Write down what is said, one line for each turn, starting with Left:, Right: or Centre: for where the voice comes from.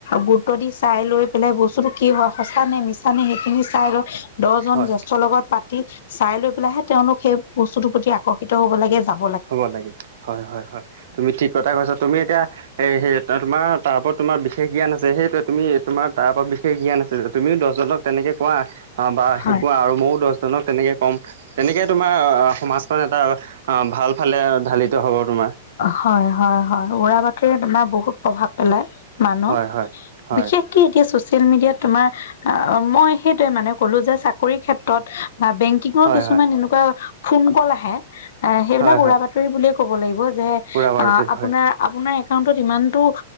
Left: গুৰুত্ব দি চাই লৈ পেলাই বস্তুতটো কি হয় সচা নে মিছা নে সেইখিনি চাই ৰ দহ জন
Right: হয়
Left: জ্যেষ্ঠৰ লগত পাতি চাই লৈ পেলাই হে তেওঁওলোক সেই বস্তুতৰ প্ৰতি আকৰ্ষিত হব লাগে যাব,
Right: হ'ব লাগে হয় হয় হয় তুমি ঠিক কথা কৈছা। তুমি এতিয়া সেই সে তোমাৰ তাৰ ওপৰত তোমাৰ বিশেষ জ্ঞান আছে সেইটোৱে তুমি তোমাৰ তাৰ ওপৰত বিশেষ জ্ঞান আছে তুমিও দহজনক তেনেকে কোৱা অ বা
Left: হয়
Right: শিকোৱা আৰু ময়ো দহ তেনেকে কম তেনেকে তোমাৰ সমাজখন এটা ভাল ফালে ঢালিত হ'ব তোমাৰ।
Left: হয় হয় হয় উৰা বাতৰিৰে তোমাৰ বহুত প্ৰভাৱ পেলায়। মানুহ
Right: হয় হয় হয়
Left: বিশেষকে এতিয়া চচিয়েল মিডিয়াত তোমাৰ মই সেইটোৱে মানে কলো যে চাকৰি ক্ষেত্ৰত বা বেংক কিঙৰ
Right: হয়
Left: কিছুমান
Right: হয়
Left: এনেকুৱা ফোন কল আহে সেইবিলাক
Right: হয় হয়
Left: উৰা বাতৰি বুলিয়ে ক'ব লাগিব যে আ
Right: খুৰা বাৰুতে
Left: আপোনাৰ
Right: হয়
Left: আপোনাৰ একাউণ্টত ইমানটো